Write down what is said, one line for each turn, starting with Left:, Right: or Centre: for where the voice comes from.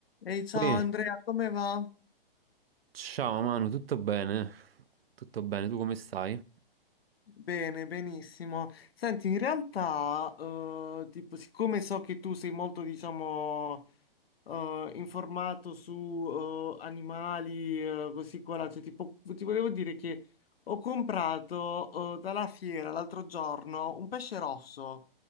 Left: Ehi, ciao
Right: Ui,
Left: Andrea, come va?
Right: ciao Manu, tutto bene? Tutto bene, tu come stai?
Left: Bene, benissimo. Senti, in realtà, eh, tipo, siccome so che tu sei molto, diciamo, eh, informato su eh, animali, eh, così qua, là, cioè, tipo, ti volevo dire che ho comprato eh, dalla fiera l'altro giorno un pesce rosso.